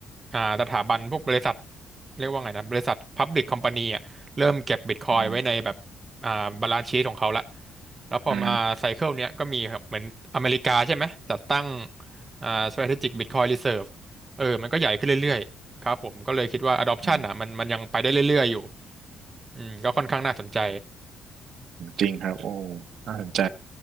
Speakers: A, on the right; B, on the right.
A: อ่าสถาบันพวกบริษัทเรียกว่าไงนะบริษัท Public Company อ่ะเริ่มเก็บ Bitcoin
B: อืม
A: ไว้ในแบบอ่าบาลานซ์ชีทของเขาละแล้วพอมาไซเคิลเนี้ยก็มีครับเหมือนอเมริกาใช่ไหมจัดตั้ง
B: อ
A: อ่า Strategic Bitcoin Reserve เออมันก็ใหญ่ขึ้นเรื่อยๆครับผมก็เลยคิดว่า adoption
B: ืม
A: อ่ะมันมันยังไปได้เรื่อยๆอยู่ อืมก็ค่อนข้างน่าสนใจ
B: จริงครับโอ้น่าสนใจ